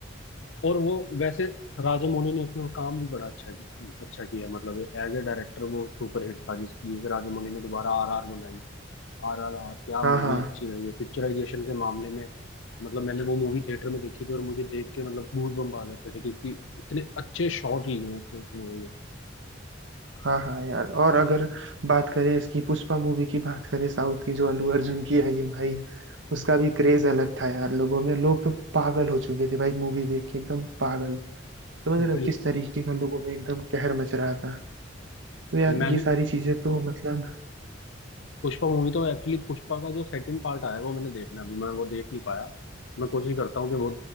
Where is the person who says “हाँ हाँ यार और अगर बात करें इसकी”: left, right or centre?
Right